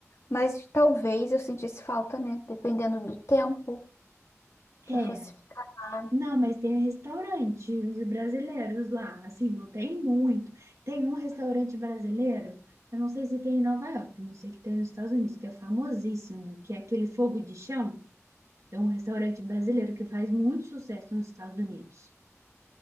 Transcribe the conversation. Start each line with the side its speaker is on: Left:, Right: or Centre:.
Left: Mas talvez eu sentisse falta, né? Dependendo do tempo que
Right: é
Left: eu fosse ficar lá.
Right: Não, mas tem restaurantes brasileiros lá, assim, não tem muito. Tem um restaurante brasileiro, eu não sei se tem em Nova York, mas eu sei que tem nos Estados Unidos, que é famosíssimo, que é aquele Fogo de Chão. É um restaurante brasileiro que faz muito sucesso nos Estados Unidos.